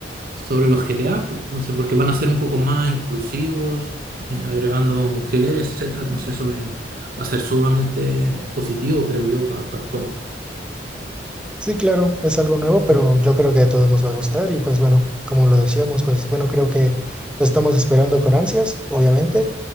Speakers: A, on the right; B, in the centre.
A: sobre los GTA, pues, entonces, porque van a ser un poco más inclusivos, eh, agregando mujeres, etcétera, entonces eso eh, va a ser sumamente positivo, creo yo, pa- para el juego.
B: sí, claro, es algo nuevo, pero
A: Mm.
B: yo creo que a todos nos va a gustar. Y pues bueno, como lo decíamos, pues bueno, creo que lo estamos esperando con ansias, obviamente.